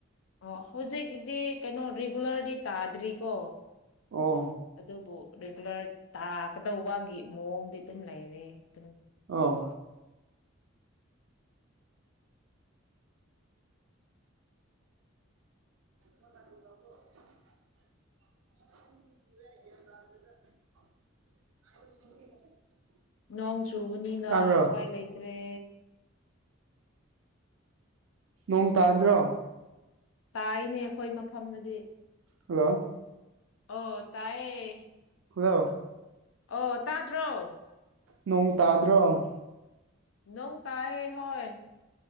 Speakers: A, on the left (about 70°); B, on the right (about 75°).
A: ꯑꯣ ꯍꯧꯖꯤꯛꯒꯤꯗꯤ ꯀꯩꯅꯣ ꯔꯤꯒꯨꯂꯔꯗꯤ ꯇꯥꯗ꯭ꯔꯤꯀꯣ
B: ꯑꯣ
A: ꯑꯗꯨꯕꯨ ꯔꯤꯒꯨꯂꯔ ꯇꯥꯒꯗꯧꯕꯒꯤ ꯃꯑꯣꯡꯗꯤ ꯑꯗꯨꯝ ꯂꯩꯔꯦ <unintelligible>
B: ꯑꯧ <inaudible> <inaudible>
A: ꯅꯣꯡ ꯆꯨꯕꯅꯤꯅ
B: ꯇꯥꯕ꯭ꯔꯣ
A: ꯎꯄꯥꯏ ꯂꯩꯇ꯭ꯔꯦ
B: ꯅꯣꯡ ꯇꯥꯗ꯭ꯔꯣ
A: ꯇꯥꯏꯅꯦ ꯑꯩꯈꯣꯏ ꯃꯐꯝꯗꯗꯤ
B: ꯍꯜꯂꯣ
A: ꯑꯣ ꯇꯥꯌꯦ
B: ꯍꯜꯂꯣ
A: ꯑꯣ ꯇꯥꯗ꯭ꯔꯣ
B: ꯅꯣꯡ ꯇꯥꯗ꯭ꯔꯣ
A: ꯅꯣꯡ ꯇꯥꯌꯦ ꯍꯣꯏ